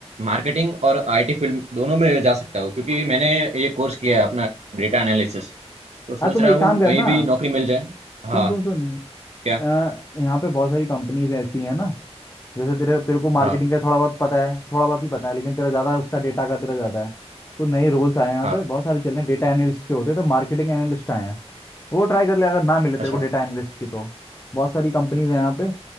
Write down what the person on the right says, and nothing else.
मार्केटिंग और आईटी फील्ड दोनों में जा सकता हूँ क्योंकि मैंने ये कोर्स किया है अपना डेटा एनालिसिस तो
सोच
रहा
हूँ
कहीं भी नौकरी मिल जाए हाँ
क्या
हाँ
हाँ,
अच्छा,